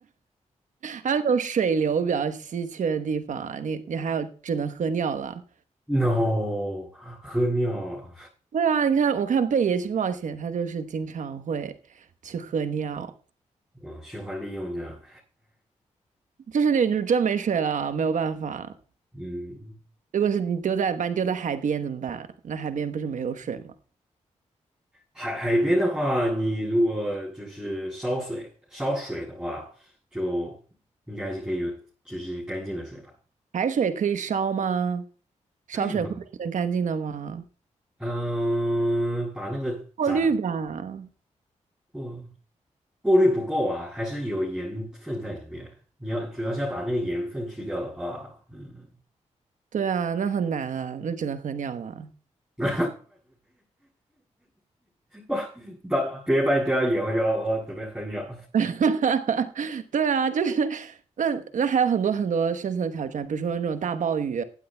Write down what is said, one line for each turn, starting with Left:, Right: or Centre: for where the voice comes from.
Right: 还有那种水流比较稀缺的地方啊，你你还有只能喝尿了。
Centre: ，no，喝尿，
Right: 对啊，你看，我看贝爷去冒险，他就是经常会去喝尿，
Centre: 嗯，循环利用这样。
Right: 就是那种真没水了，没有办法。
Centre: 嗯，
Right: 如果是你丢在把你丢在海边怎么办？那海边不是没有水吗？
Centre: 海海边的话，你如果就是烧水烧水的话，就应该是可以有就是干净的水吧？
Right: 海水可以烧吗？烧水会变成干净的吗？
Centre: 可以吧？嗯，把那个炸
Right: 过滤吧。
Centre: 过。过滤不够啊，还是有盐分在里面。你要主要是要把那个盐分去掉的话，嗯，
Right: 对啊，那很难啊，那只能喝尿了。
Centre: <laughs> 是把把别人把你掉到盐，我就我准备喝尿。
Right: <laughs> 对啊，就是那那还有很多很多生存挑战，比如说那种大暴雨，